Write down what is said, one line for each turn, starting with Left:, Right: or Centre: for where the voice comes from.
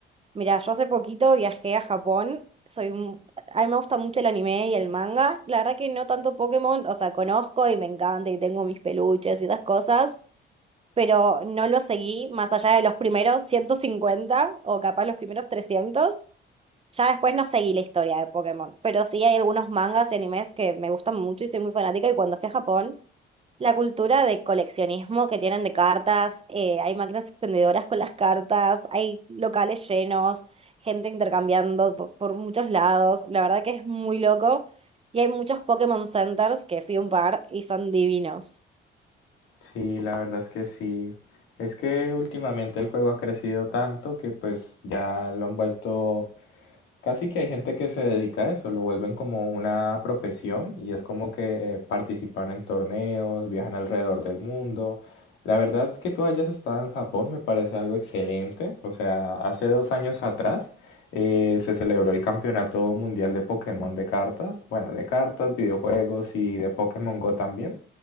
Right: Mira, yo hace poquito viajé a Japón. Soy, mu- a mí me gusta mucho el anime y el manga. La verdad que no tanto Pokémon, o sea, conozco y me encanta y tengo mis peluches y esas cosas, pero no lo seguí más allá de los primeros 150 o capaz los primeros trescientos Ya después no seguí la historia de Pokémon, pero sí hay algunos mangas y animes que me gustan mucho y soy muy fanática y cuando fui a Japón La cultura de coleccionismo que tienen de cartas, eh, hay máquinas expendedoras con las cartas, hay locales llenos, gente intercambiando po- por, muchos lados, la verdad que es muy loco. Y hay muchos Pokémon Centers que fui a un par y son divinos.
Left: Sí, la verdad es que sí. Es que últimamente el juego ha crecido tanto que pues ya lo han vuelto Casi que hay gente que se dedica a eso, lo vuelven como una profesión y es como que eh, participan en torneos, viajan alrededor del mundo. La verdad que tú hayas estado en Japón me parece algo excelente. O sea, hace dos años atrás eh, se celebró el Campeonato Mundial de Pokémon de cartas, bueno, de cartas, videojuegos y de Pokémon Go también,